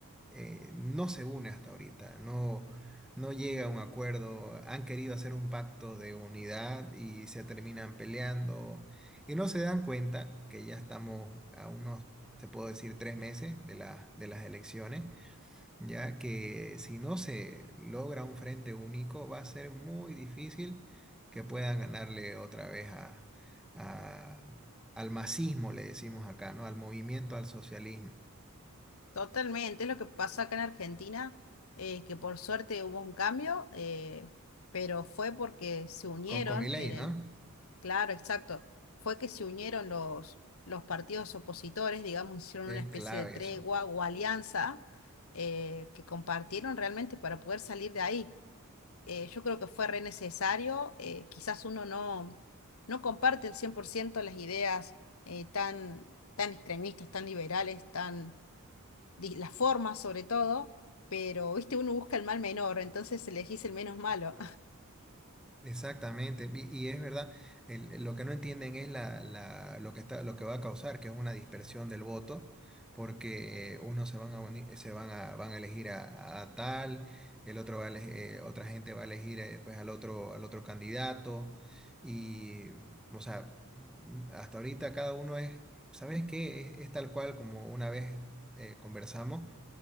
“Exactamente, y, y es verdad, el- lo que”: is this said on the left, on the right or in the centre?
Centre